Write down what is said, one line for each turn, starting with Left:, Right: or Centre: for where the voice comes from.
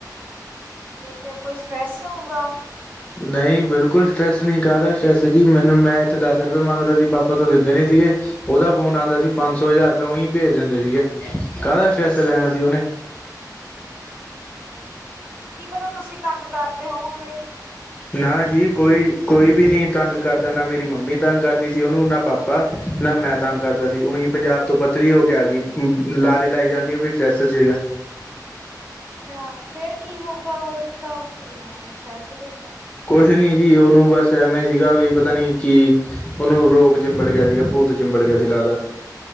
Right: 'ਤੇ ਫਿਰ ਕੋਈ ਸਟਰੈਸ ਹੋਊਗਾ?
Left: ਨਈ ਬਿਲਕੁੱਲ ਸਟਰੈਸ ਨੀ ਕਾਹਦਾ ਸਟਰੈੱਸ ਜੀ ਮੈਨੂੰ ਮੈਂ ਇੱਥੋ ਦਸ ਰੁਪਏ ਮੰਗਦਾ ਸੀ ਪਾਪਾ ਤੋਂ ਦਿੰਦੇ ਨੀ ਸੀਗੇ ਉਦਾ ਫੋਨ ਆਂਦਾ ਸੀ ਪੰਜ ਸੌ, ਹਜ਼ਾਰ ਰੁਪਏ ਉਈ ਭੇਜ ਦਿੰਦੇ ਸੀਗੇ। ਕਾਦਾ ਸਟ੍ਰੈੱਸ ਲੈਣਾ ਸੀ ਉਨੇ।
Right: ਕੀ ਪਤਾ ਤੁਸੀਂ ਤੰਗ ਕਰਦੇ ਹੋਵੋਗੇ?
Left: ਨਾ ਜੀ ਕੋਈ, ਕੋਈ ਵੀ ਨੀ ਤੰਗ ਕਰਦਾ ਨਾ ਮੇਰੀ ਮੰਮੀ ਤੰਗ ਕਰਦੀ ਸੀ, ਉਨੂੰ ਨਾ ਪਾ ਪਾ ਨਾ ਮੈਂ ਤੰਗ ਕਰਦਾ ਸੀ ਉਈ ਪੰਜਾਬ ਤੋਂ ਪੱਤਰੀ ਹੋ ਕੇ ਆ ਗਈ ਲਾਰੇ ਲਾਈ ਜਾਂਦੀ ਐ ਵੀ ਸਟ੍ਰੈੱਸ 'ਚ ਹੋਈ ਆ।
Right: ਆ ਫੇਰ ਕੀ ਹੋਊਗਾ ਹੋਰ ਤਾਂ ਉਨੂੰ ਕੀ ਹੋਣਾ ਸਟਰੈੱਸ ਤੋਂ ਬਿਨਾਂ।
Left: ਕੁਛ ਨੀ ਜੀ ਉਨੂੰ ਬਸ ਐਵੇਂ ਸੀਗਾ ਵੀ ਪਤਾ ਨੀ ਕਿ ਉਨੂੰ ਰੋਗ ਚਿੰਬੜ ਗਿਆ ਸੀਗਾ ਭੂਤ ਚਿੰਬੜ ਗਿਆ ਸੀ ਲੱਗਦਾ।